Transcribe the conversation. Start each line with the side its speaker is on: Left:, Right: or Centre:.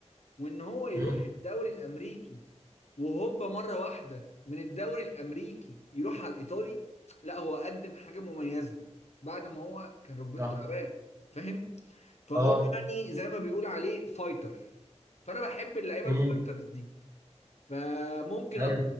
Left: وان هو يروح
Right: امم
Left: الدوري الامريكي وهوبا مره واحده من الدوري الامريكي يروح على الايطالي لا هو قدم حاجه مميزه بعد ما هو كان ركبته
Right: صح
Left: تعبان فاهم فهو
Right: اه
Left: يعني زي ما بيقول عليه فايتر فانا بحب اللعيبه
Right: امم
Left: الفايترز دي فممكن
Right: حلو
Left: أ...